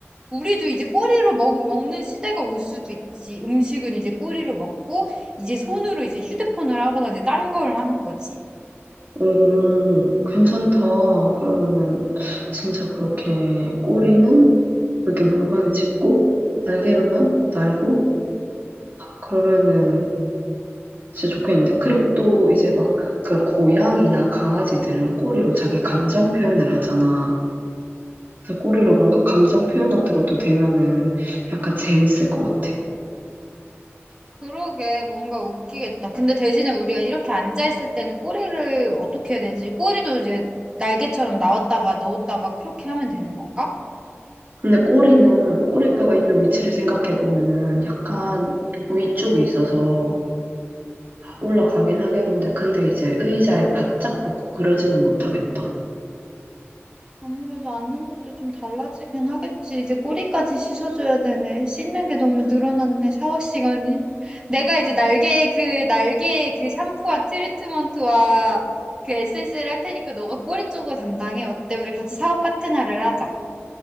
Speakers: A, on the right; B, on the right.
A: 우리도 이제 꼬리로 먹, 먹는 시대가 올 수도 있지. 음식은 이제 꼬리로 먹고, 이제 손으로 이제 휴대폰을 하거나 이제 딴 걸 하는 거지.
B: 오, 괜찮다. 그러면은 진짜 그렇게 꼬리는 이렇게 물건을 짚고 날개로는 날고 그러면은 진짜 좋겠는데? 그리고 또 이제 막 그런 고양이나 강아지들은 꼬리로 자기 감정 표현을 하잖아. 그 꼬리로 뭔가 감정 표현 같은 것도 되면은 약간 재밌을 것 같아.
A: 그러게, 뭔가 웃기겠다. 근데 대신에 우리가 이렇게 앉아있을 때는 꼬리를 어떻게 해야 되지? 꼬리도 이제 날개처럼 나왔다가 넣었다가 그렇게 하면 되는 건가?
B: 근데 꼬리는 꼬리뼈가 있는 위치를 생각해 보면은 약간 위쪽이 있어서 올라가긴 하겠는데 근데 이제 의자에 바짝 붙고 그러지는 못하겠다.
A: 아무래도 앉는 것도 좀 달라지긴 하겠지. 이제 꼬리까지 씻어줘야 되네. 씻는 게 너무 늘어났네, 샤워 시간이. 내가 이제 날개, 그, 날개, 그 샴푸와 트리트먼트와 그 에센스를 할 테니까 너가 꼬리 쪽을 담당해. 어때? 우리 같이 샤워 파트너를 하자.